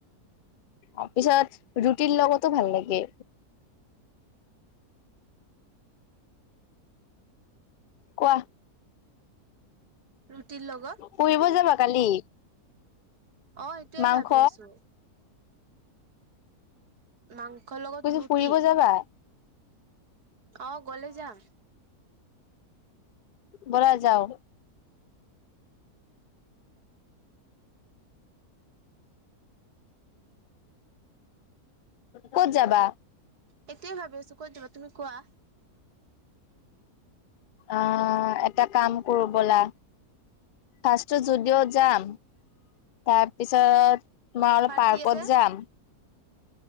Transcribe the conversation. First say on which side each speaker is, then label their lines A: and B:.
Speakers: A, on the left; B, on the right.
A: অ' পিছত ৰুটিৰ লগতো ভাল লাগে। কোৱা।
B: ৰুটিৰ লগত?
A: পঢ়িব যাবা কালি?
B: অ', সেইটোৱে
A: মাংস
B: ভাবি আছো। মাংসৰ লগত
A: কৈছো
B: ৰুটি?
A: ফুৰিব যাবা?
B: অ', গলে যাম।
A: বলা যাওঁ। ক'ত যাবা,
B: সেইটোৱে ভাবি আছো। ক'ত যাবা তুমি কোৱা।
A: অ', এটা কাম কৰোঁ বলা ফাৰ্ষ্টটো জুদিঅত যাম তাৰপিছত তোমাৰ
B: অফাৰ
A: আৰু পাৰ্কত
B: দি আছে
A: যাম